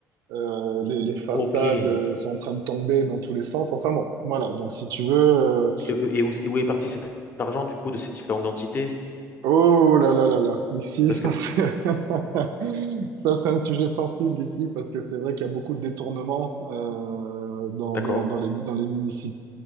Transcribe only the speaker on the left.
Ok. Mais
Et, et où, et où est parti cet argent, du coup, de ces différentes entités?
Parce
que,
d'accord,